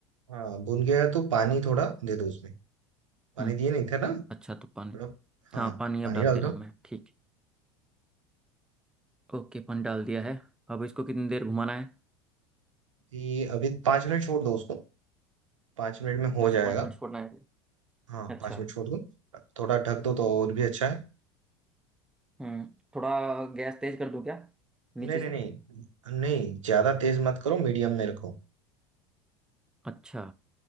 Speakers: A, on the right (about 80°); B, in the centre.
A: हाँ भुन गया है तो पानी थोड़ा दे दो उसमें पानी
B: हम्म
A: दिए नहीं थे ना
B: अच्छा तो
A: थोड़ा
B: पानी
A: हाँ
B: हाँ पानी
A: पानी
B: अब डाल
A: डाल
B: दे
A: दो
B: रहा हूँ मैं ठीक ओके पानी डाल दिया है अब इसको कितनी देर घुमाना है
A: अभी अभी पाँच मिनट छोड़ दो उसको पाँच मिनट में हो
B: अच्छा
A: जाएगा
B: पाँच मिनट छोड़ना है
A: हाँ
B: अच्छा
A: पाँच मिनट छोड़ दूँ थोड़ा ढक दो तो और भी अच्छा है
B: हम्म थोड़ा गैस तेज कर दूं क्या नीचे
A: नहीं नहीं
B: से
A: नहीं नहीं ज़्यादा तेज मत करो मीडियम में रखो
B: अच्छा